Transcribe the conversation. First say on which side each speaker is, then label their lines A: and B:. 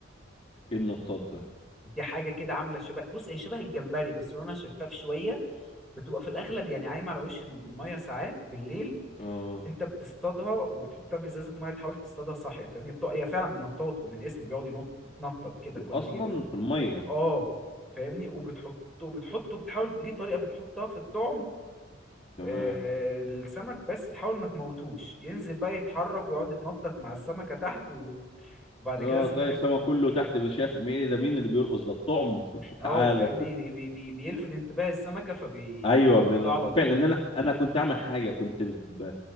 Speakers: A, on the left; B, in the centre.
A: ايه النطاط ده
B: دي حاجه كده عامله شبه بص هي شبه الجمبري بس لونها شفاف شويه بتبقى في الاغلب يعني عايمه على وش الميه ساعات بالليل
A: اه
B: انت بتصطادها وبتحطها في ازازه ميه تحاول تصطادها صاحيه فاهمني بتق... هي فعلا بنطاط ومن اسمه بيقعد ينط يتنطط كده
A: بي-
B: كل
A: اصلا
B: ما تيجي يمسك
A: في الميه
B: اه فاهمني وبتحطه وبتحطه بتحاول ليه طريقه بتحطها في الطعم
A: تمام
B: آه السمك بس تحاول ما تموتوش ينزل بقى يتحرك ويقعد يتنطط مع السمكه تحت و... وبعد
A: اه
B: كده السمكه
A: تلاقي السما كله تحت شايف مين ده مين اللي بيرقص ده الطعم <laughs>
B: اه
A: تعالى
B: فاهمني بي... بي... بيلفت انتباه السمكه فبيروح
A: ايوه بال-
B: لها على
A: بالفعل
B: طول
A: ان انا انا كنت اعمل حاجه كنت ب...